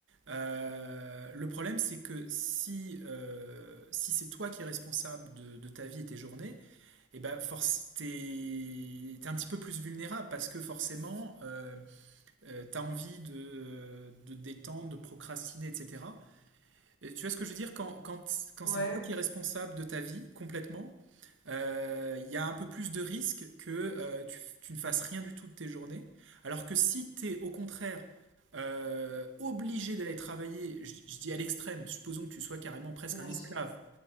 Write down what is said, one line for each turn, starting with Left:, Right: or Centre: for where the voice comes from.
Right: euh, le problème, c'est que si, euh, si c'est toi qui es responsable de, de ta vie et tes journées, eh ben, force, t'es, t'es un petit peu plus vulnérable parce que forcément, euh, tu as envie de, euh, de te détendre, de procrastiner, etc. Et tu vois ce que je veux dire? Quand, quand, quand
Left: Ouais,
Right: c'est toi qui es responsable de ta vie complètement, euh, il y a un peu plus de risque que euh, tu, tu ne fasses rien du tout de tes journées. Alors que si tu es au contraire euh, obligé d'aller travailler, je, je dis à l'extrême, supposons que tu sois carrément presque
Left: bien
Right: un esclave.
Left: sûr.